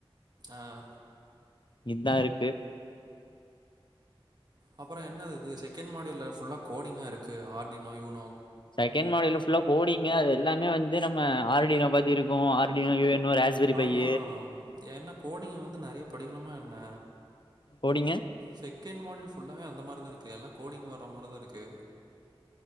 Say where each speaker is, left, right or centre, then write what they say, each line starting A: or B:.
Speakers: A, on the right; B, on the left.
A: ஆஹ்
B: இதா இருக்கு
A: அப்புற என்ன இது செ கண்ட் மாடில ஃபுல்லாக கோடிங்கா இருக்கு ஆர்டினோ யூனோ
B: செகண்ட் மாடில ஃபுல்லா கோடிங்கா இதெல்லாமே வந்து நம்ம ஆர்டினோ பத்தி இருக்கு Arduino U N O Raspberry
A: அதா
B: Pi
A: என்ன கோடிங் வந்து நெறைய படிக்கணுமா என்ன
B: கோடிங்கு
A: செகண்ட் மாடல் ஃபுல்லாவே அந்த மாரி தா இருக்கு எல்லா கோடிங் வர்ற மாதிரிதா இருக்கு